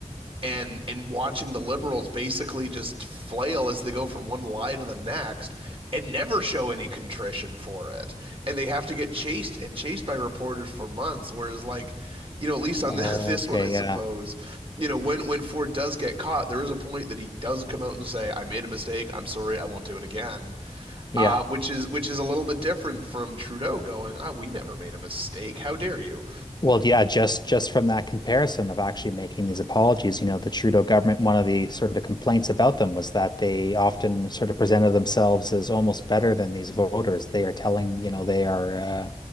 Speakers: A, on the right (about 40°); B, on the left (about 35°).
A: and and watching the liberals basically just flail as they go from one lie to the next and never show any contrition for it and they have to get chased and chased by reporters for months whereas like you know at least on
B: Okay,
A: <laughs> the, this one i suppose
B: yeah.
A: you know when when ford does get caught there is a point that he does come out and say i made a mistake i'm sorry i won't do it again
B: Yeah.
A: uh, which is which is a little bit different from trudeau going ah we never made a mistake how dare you
B: Well, yeah, just just from that comparison of actually making these apologies, you know, the Trudeau government, one of the sort of complaints about them was that they often sort of presented themselves as almost better than these voters. They are telling, you know, they are uh,